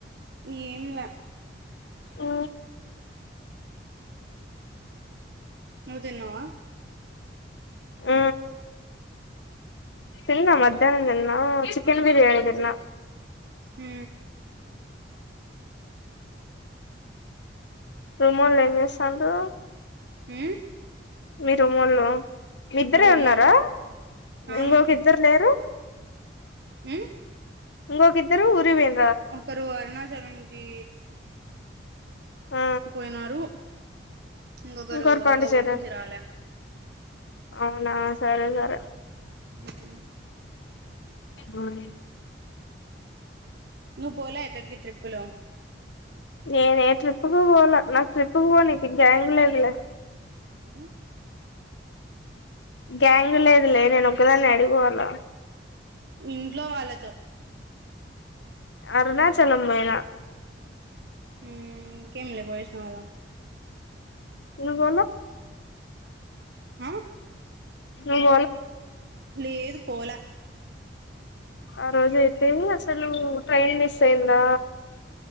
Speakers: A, on the right; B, on the left.
A: ఏంలా
B: ఆ
A: నువ్వు తన్నావా
B: ఆ తిన్నా మధ్యాహ్నం దన్నా చికెన్ బిర్యాని దిన్నా
A: అ
B: రుమాలజసాలు
A: హ
B: మీరు మళ్ళో మీ ఇద్దరే
A: రూమోల్
B: ఉన్నారా
A: ఆ
B: ఇంకొక ఇద్దరు లేరు
A: హ్మ్
B: ఇంకొక ఇద్దరు ఊరివేం
A: ఒక్కరు అరుణా చలంకీ
B: ఆ
A: పోయినారు ఇంకొకరు
B: ఇంకోరు పాండిచేరి
A: ఇంకా ఊరు నుంచి రాల
B: అవునా సరే సరే
A: హ్మ్
B: హ్మ్
A: నువ్వు పోలే ఎక్కడికి ట్రిప్పులు
B: నేను ఏ ట్రిప్పు కు పోాల నాకు ట్రిప్పు కు పోనీకు గ్యాంగ్ లేదులే
A: ఏ
B: గ్యాంగ్ లేదులే నేను ఒక్కదాన్ని యాడ పోవాల
A: ఇంట్లో వాళ్ళతో
B: అరుణాచలం పోైనా
A: హ కేమిల పోజ సనాదా
B: త బ
A: ఆ
B: బో
A: పళ్లి ఏదు పోలే
B: ఆ రోజ అయితే అసలు ట్రైన్ మిస్ అయిందా